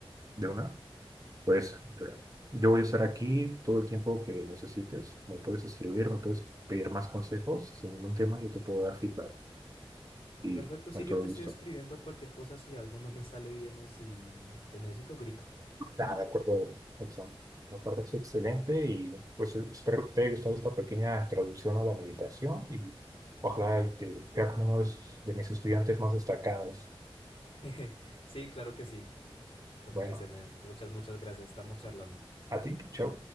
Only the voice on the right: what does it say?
¿De una? Pues mira, yo voy a estar aquí todo el tiempo que necesites. Me puedes escribir, me puedes pedir más consejos. Si sin ningún tema, yo te puedo dar feedback. Y
con
todo
gusto.
Nada, de acuerdo, Edson. Me parece excelente y pues e-, espero que te haya gustado esta pequeña introducción a la meditación y ojalá y te vea como uno de, esos- de mis estudiantes más destacados.
Bueno,
a ti, chao.